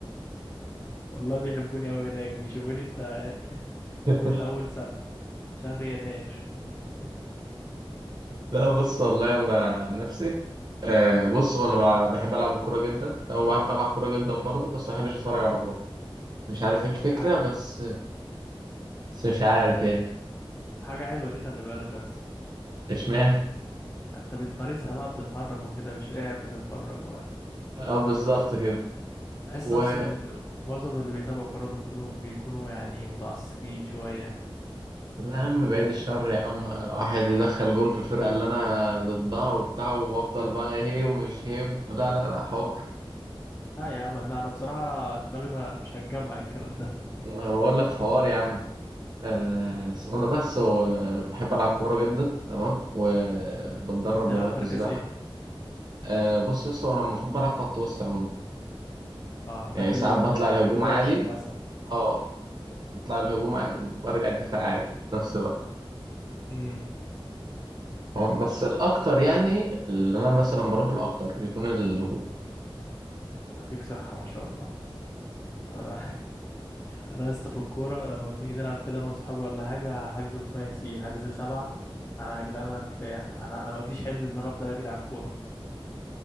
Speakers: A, on the left (about 30°); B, on the right (about 45°).
A: <laughs> والله بيحبوني قوي هناك بيشوفوني انت <laughs>
B: <laughs>
A: كل اول سنه شهر يناير <laughs>
B: لا بص والله انا عن نفسي آه، بص هو انا ب- بحب العب الكوره جدا تمام بعرف العب كوره جدا برضه بس ما بحبش اتفرج على كوره مش عارف ايه الفكره
A: آه، ده حاجة
B: بس بس مش عارف يعني
A: حاجة حلوة دي خلي بالك بس
B: اشمعنى
A: انت بتمارسها بقى بتتحرك وكده مش قاعد بتتفرج و...
B: <laughs> اه بالظبط كده
A: بحس
B: ولا
A: اصلا ال- معظم اللي بيتابعوا كورة دول بيكونوا بيكونوا يعني متعصبين شوية
B: يا عم بعيد الشر يا عم واحد يدخل جون في الفرقة اللي أنا ضدها وبتاع وأفضل بقى هي ومش هي لا لا لا حوار
A: لا يا عم لا انا بصراحة دماغي ما مش هتجمع الكلام ده
B: بقول لك حوار يا عم آه، اسمه ده بس هو بحب ألعب كورة جدا تمام وبتدرب
A: تلعب
B: دلوقتي
A: مركز
B: سباحة
A: ايه
B: آه، بص يا اسطى أنا المفروض بلعب خط وسط عموما
A: اه ده
B: يعني
A: في
B: ساعات
A: ال...
B: بطلع
A: على
B: الهجوم
A: ال 11
B: عادي
A: مثلا
B: اه بطلع الهجوم عادي وبرجع الدفاع عادي في نفس الوقت
A: امم
B: تمام؟ بس الأكتر يعني اللي أنا مثلا بروح له أكتر بيكون الهجوم
A: انت فيك صحة ما شاء الله انا <laughs> انا يا اسطى في الكوره لما بنيجي نلعب كده انا واصحابي ولا حاجه حجز خماسي حجز سبعه انا يا جدعان انا رفيع انا انا ما فيش حبل ان انا افضل اجري على الكوره